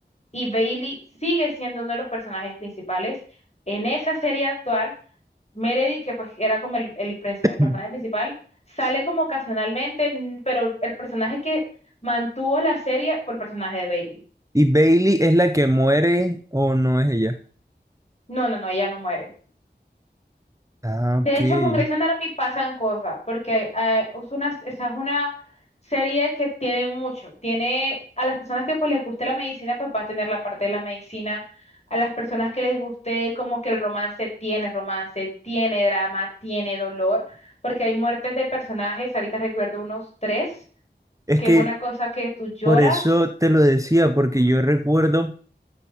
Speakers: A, on the left; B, on the right.
A: Y Bailey sigue siendo uno de los personajes principales. En esa serie actual, Meredith, que pues era como el, el pres-
B: <clears throat>
A: el personaje principal, sale como ocasionalmente, n- pero el personaje que mantuvo la serie fue el personaje de Bailey.
B: ¿Y Bailey es la que muere o no es ella?
A: No, no, no, ella no muere.
B: Ah,
A: De
B: ok.
A: hecho, con Grey's Anatomy pasan cosas, porque eh, es una, esa es una serie que tiene mucho. Tiene a las personas que pues les guste la medicina, pues va a tener la parte de la medicina. A las personas que les guste como que el romance tiene romance, tiene drama, tiene dolor, porque hay muertes de personajes. Ahorita recuerdo unos tres,
B: Es
A: que
B: que
A: es una cosa que tú lloras,
B: Por eso te lo decía, porque yo recuerdo